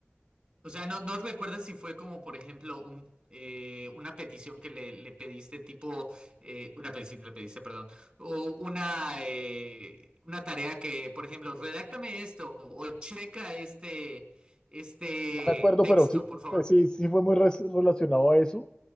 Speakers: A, on the right; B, on the left.
A: O sea, ¿no, no recuerdas si fue como, por ejemplo, un, eh, una petición que le, le pediste, tipo, eh, una petición que le pediste, perdón, o una, eh, una tarea que, por ejemplo, redáctame esto o checa este, este
B: No me acuerdo,
A: texto,
B: pero sí,
A: por favor.
B: pues sí, sí fue muy res- relacionado a eso,